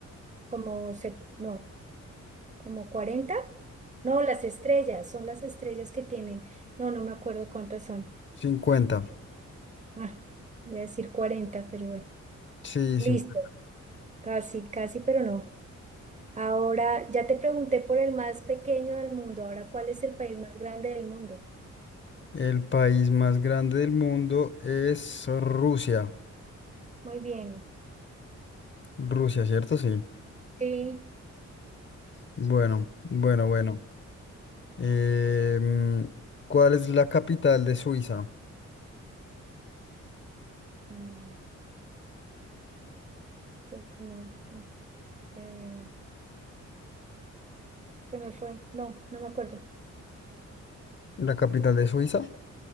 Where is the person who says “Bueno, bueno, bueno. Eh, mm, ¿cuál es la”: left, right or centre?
Left